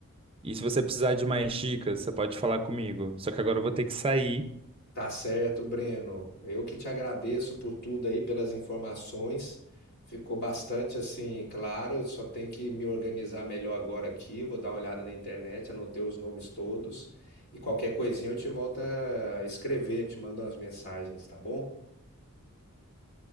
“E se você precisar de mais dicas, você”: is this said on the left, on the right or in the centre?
Right